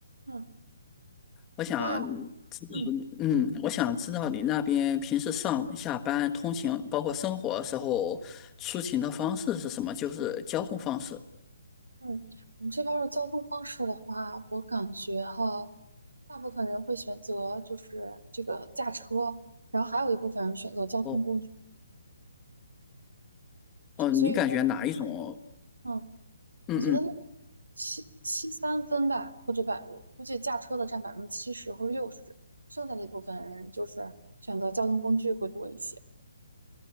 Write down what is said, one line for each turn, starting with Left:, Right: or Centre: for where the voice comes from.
Right: 嗯
Left: 我想知道，
Right: 啊，嗯
Left: 嗯，我想知道你那边平时上下班、通勤，包括生活时候出行的方式是什么？就是交通方式。
Right: 嗯，我们这边儿的交通方式的话，我感觉哈，大部分人会选择就是这个驾车，然后还有一部分人选择交通工具。
Left: 哦哦，你感觉哪一种？
Right: 所以说，嗯，
Left: 嗯嗯。
Right: 我觉得那个七七三分吧，或者百，估计驾车的占百分之七十或者六十，剩下的一部分人就是选择交通工具会多一些。